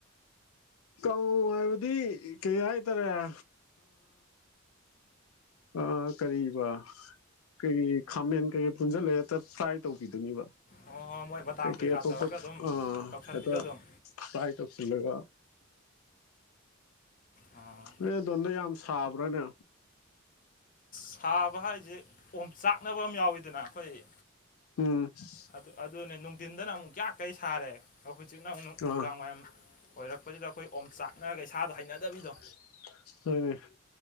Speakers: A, on the left; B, on the left.
A: ꯀ ꯍꯥꯏꯕꯗꯤ ꯀꯩ ꯍꯥꯏꯇꯥꯔꯦ ꯑ ꯑ ꯀꯔꯤꯕ ꯀꯩꯒꯤ ꯈꯥꯃꯦꯟ ꯀꯩꯀꯩ ꯄꯨꯟꯁꯤꯜꯂꯦꯛꯇ ꯐ꯭ꯔꯥꯏ ꯇꯧꯕꯤꯗꯨꯅꯤꯕ
B: ꯑꯣ ꯃꯣꯏ ꯕꯗꯥꯝ
A: ꯀꯩ
B: ꯀꯩꯀꯥ
A: ꯀꯩ ꯑꯇꯣꯞꯄ
B: ꯇꯧꯔꯒ ꯑꯗꯨꯝ
A: ꯑ
B: ꯇꯧꯁꯟꯕꯤꯗꯣ
A: ꯍ‌ꯦꯛꯇ
B: ꯑꯗꯨꯝ
A: ꯇꯥꯏ ꯇꯁꯤꯜꯂꯒ
B: ꯑꯥ
A: ꯅꯣꯏ ꯑꯗꯣꯟꯗ ꯌꯥꯝ ꯁꯥꯕ꯭ꯔꯅꯦ꯫
B: ꯁꯥꯕ ꯍꯥꯏꯁꯦ ꯑꯣꯝꯆꯥꯛꯅꯕ ꯑꯃ ꯌꯥꯎꯋꯤꯗꯅ ꯑꯩꯈꯣꯏ__
A: ꯎꯡ <unintelligible>
B: ꯑꯗꯨ ꯑꯗꯨꯅꯦ ꯅꯨꯡꯗꯤꯟꯗꯅ ꯑꯃꯨꯛ ꯌꯥꯛꯈꯩ ꯁꯥꯔꯦ ꯑꯗꯣ ꯍꯧꯖꯤꯛꯅ ꯑꯃꯨꯛ ꯅꯨꯡꯗꯥꯡꯋꯥꯏꯔꯞ
A: ꯑꯥ
B: ꯑꯣꯏꯔꯛ__ <unintelligible> ꯑꯩꯈꯣꯏ ꯑꯣꯝ ꯆꯥꯛꯅꯔꯒ ꯏꯁꯥꯗꯥ ꯍꯩꯅꯗꯕꯤꯗꯣ꯫
A: <unintelligible>